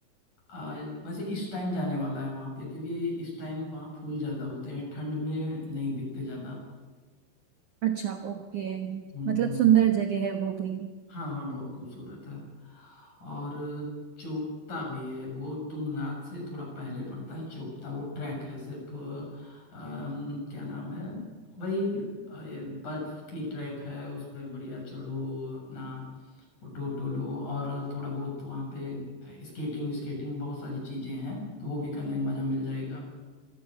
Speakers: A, on the left; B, on the right.
A: आ, वैसे इस टाइम जाने वाला है वहां पे क्योंकि इस टाइम वहां फूल ज्यादा होते हैं ठंड में नहीं दिखते ज्यादा
B: अच्छा ओके
A: हम्म
B: मतलब
A: हम्म
B: सुंदर जगह है वो भी
A: हाँ हाँ बहुत खूबसूरत है और चोपता भी है वो तुंगनाथ से थोड़ा पहले पड़ता है चोपता वो ट्रैक है सिर्फ अम, क्या नाम है वही अ, ये बर्फ की ट्रैक है उस पे बढ़िया चढ़ो अपना फोटो वोटो लो और थोड़ा बहुत वहाँ पे स्केटिंग स्केटिंग बहुत सारी चीजें हैं तो वो भी करने का मजा मिल जाएगा